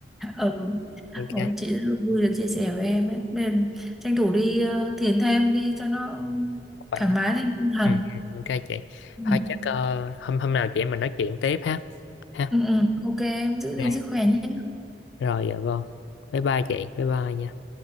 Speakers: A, in the centre; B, on the left (about 85°).
A: Ừ.
B: ok
A: Ồ, chị rất là vui được chia sẻ với em ấy. Nên tranh thủ đi ờ, thiền thêm đi cho nó
B: khỏe
A: thoải mái thêm tinh thần.
B: ừ, ừ, ok chị
A: Ừ.
B: thôi chắc ờ, hôm hôm nào chị em mình nói chuyện tiếp ha ha
A: Ừ, ừ. ok em giữ
B: đây
A: gìn sức khỏe nhé.
B: rồi dạ vâng bye bye chị bye bye nha